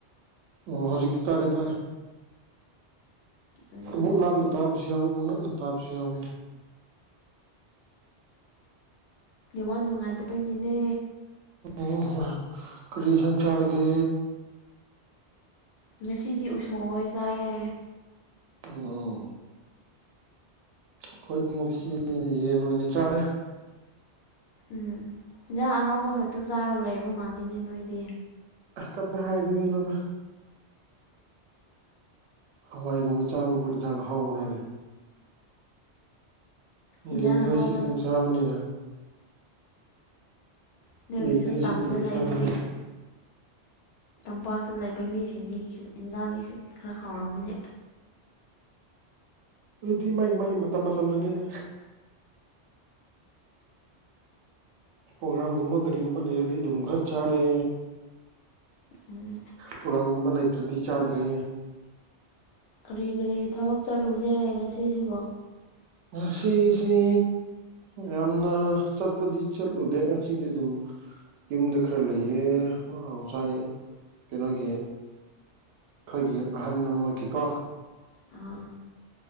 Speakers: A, on the right (about 85°); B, on the left (about 65°).
A: ꯑꯣ ꯍꯧꯖꯤꯛꯇꯤ ꯇꯥꯔꯦ ꯇꯥꯔꯦ
B: ꯎꯝ
A: ꯑꯃꯨꯛ ꯂꯥꯞꯅ ꯇꯥꯕꯁꯨ ꯌꯥꯎꯏꯤ ꯃꯨꯛ ꯅꯛꯅ ꯇꯥꯕꯁꯨ ꯌꯥꯎꯋꯤ
B: ꯋꯥ ꯅꯨꯡꯉꯥꯏꯇꯕꯒꯤꯅꯦ
A: ꯎ ꯀꯔꯤ ꯁ ꯆꯔꯒꯦ
B: ꯉꯁꯤꯗꯤ ꯎꯁꯣꯛꯑꯣ ꯆꯥꯏꯌꯦꯦ
A: ꯑꯣ ꯑꯩꯈꯣꯏꯗꯤꯡꯁꯤ ꯌꯦꯟ ꯑꯣꯏꯅ ꯆꯥꯔꯦ
B: ꯎꯝ ꯍꯟꯖꯥꯡ ꯑꯍꯥꯎꯕ ꯈꯛꯇ ꯆꯥꯔ ꯂꯩꯔꯕ ꯃꯥꯜꯂꯅꯦ ꯅꯣꯏꯗꯤ
A: ꯑ ꯀꯇ ꯍꯥꯏꯗꯣꯏꯒꯤꯅꯣꯗ ꯍꯋꯥꯏꯒꯨꯝꯕ ꯆꯥꯕꯕꯨ ꯌꯦꯟꯁꯥꯡ ꯍꯥꯎꯕꯅꯅꯤ
B: ꯏꯟꯖꯥꯡ
A: ꯒꯦꯟꯗꯤꯡ
B: ꯑꯍꯥꯎꯕ
A: ꯑꯁꯤ ꯈꯨꯗꯣꯡ ꯆꯥꯕꯅꯤꯅ
B: ꯑꯗꯨ ꯑꯣꯏꯔꯁꯨ
A: ꯌꯦꯟꯗꯤ ꯉꯁꯤ
B: ꯇꯝꯗ
A: ꯈꯤꯇꯪ
B: ꯂꯩꯕꯗꯤ
A: ꯆꯥꯕꯅꯤ
B: ꯇꯝꯄꯥꯛꯇ ꯂꯩꯕ ꯃꯤꯁꯤꯡꯗꯤ ꯏꯟꯁꯥꯡꯗꯤ ꯈꯔ ꯍꯥꯎꯔꯝꯒꯅꯦ
A: ꯑꯗꯨꯗꯤ ꯃꯒꯤ ꯃꯥꯏ ꯃꯇꯝ ꯃꯇꯝꯗꯨꯅꯤꯗ ꯄ꯭ꯔꯣꯒꯥ꯭ꯔꯥꯝꯒꯨꯝꯕ ꯀꯔꯤꯒꯨꯝꯕ ꯂꯩꯔꯗꯤ ꯑꯗꯨꯝ ꯈꯔ ꯆꯥꯔꯦ
B: ꯎꯝ
A: ꯄ꯭ꯔꯒꯥꯝꯒꯨꯝꯕ ꯂꯩꯇ꯭ꯔꯗꯤ ꯆꯥꯗ꯭ꯔꯦ
B: ꯀꯔꯤ ꯀꯔꯤ ꯊꯕꯛ ꯆꯠꯂꯨꯒꯦ ꯉꯁꯤꯁꯤꯕꯣ
A: ꯑꯁꯤꯁꯤꯁꯤ ꯌꯥꯝꯅ ꯆꯠꯄꯗꯤ ꯆꯠꯂꯨꯗꯦ ꯉꯁꯤꯗꯤ ꯑꯗꯨꯝ ꯌꯨꯝꯗ ꯈꯔ ꯂꯩꯌꯦ ꯉꯁꯥꯏ ꯀꯩꯅꯣꯒꯤ ꯑꯩꯈꯣꯏꯒꯤ ꯑꯍꯟ ꯑꯃꯒꯤꯀꯣ
B: ꯑꯥ